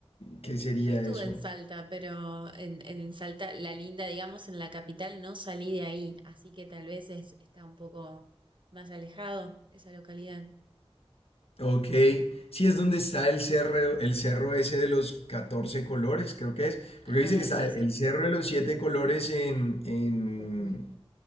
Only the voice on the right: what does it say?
Yo estuve
en Salta, pero en, en Salta, la linda, digamos, en la capital, no salí de ahí, así que tal vez es- está un poco más alejado esa localidad.
Ah,
sí,
sí.
Jujuy.